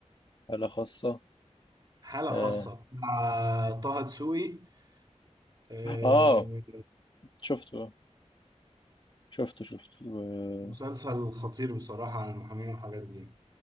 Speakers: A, on the left; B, on the right.
A: حالة خاصة
B: حالة
A: آه،
B: خاصة مع طه دسوقي آه،
A: اه شفته شفته شفته و-
B: مسلسل خطير بصراحة عن المحامين والحاجات دي